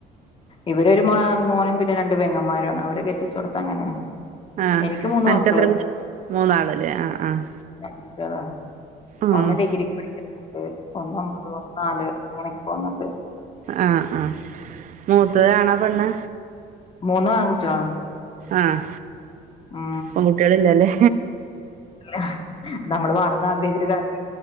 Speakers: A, on the left; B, on the right.
A: ഇവരരു മോ മോനും പിന്നെ രണ്ട് പെങ്ങന്മാരണ് അവരെ കെട്ടിച്ചോട്ത് അങ്ങനെ
B: ആഹ്
A: എനിക്ക് മൂന്ന്
B: അനക്ക്ത്ര
A: മക്കള്
B: കു മൂന്നാളല്ലേ ആഹ് ആഹ്
A: മറ്റേതോ
B: ആഹ്
A: ഒന്ന് ഡിഗ്രിക്ക് പടിക്കു എ ഒന്നും അത് ഒന്നാല് അങ്ങനെയൊക്കെ പോന്നുണ്ട്
B: ആഹ് ആഹ് മുത്തതാണോ പെണ്ണ്
A: മുന്ന് ആങ്ങുട്ടികളാ
B: ആഹ്
A: ഉം
B: പെൺ കുട്ടികളില്ലല്ലേ
A: ല്ല നമ്മള് വാണന്ന് ആഗ്രഹിച്ചട്ട് കാര്യം